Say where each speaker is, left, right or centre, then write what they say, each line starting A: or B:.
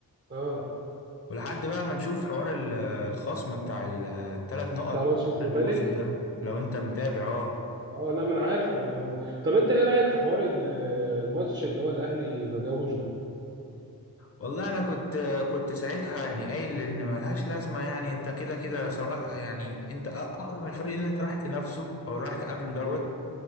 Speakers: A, on the right (about 30°); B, on the left (about 35°).
A: اه
B: ولحد بقى ما نشوف حوار ال- الخصم بتاع الثلاث نقط
A: بتاع ماتش الزمالك
B: في الموسم ده لو انت متابع اه
A: اه لا ما انا عارف هو- هو- طب انت ايه رايك في حوار ال- الماتش اللي هو الاهلي ما جاهوش ده
B: والله انا كنت كنت ساعتها يعني قايل ان ملهاش لازمه يعني انت كده كده سواء يعني انت أ- اقوى من الفريق اللي انت راح تنافسه او راح تقابله دوت